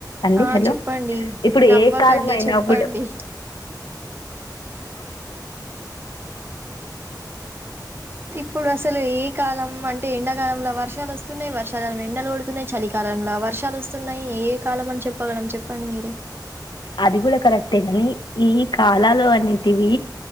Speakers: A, on the left; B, on the right.
A: అండి
B: ఆ
A: హలో
B: చెప్పండి
A: ఇప్పుడు
B: నవ్వకండి
A: ఏ కాలం అయినాప్పుడు
B: చెప్పండి
A: <inaudible> తీ
B: ఇప్పుడు అసలు ఏ కాలం అంటే ఎండాకాలంలో వర్షాలు వస్తున్నాయి వర్షాకాలంలో ఎండలు కొడుతున్నాయి చలికాలంలో ఆ వర్షాలు వస్తున్నాయి ఏ కాలం అని చెప్పగలం చెప్పండి మీరు
A: అది కూడా కరెక్టేగాని ఈ కాలాలు అనేటివి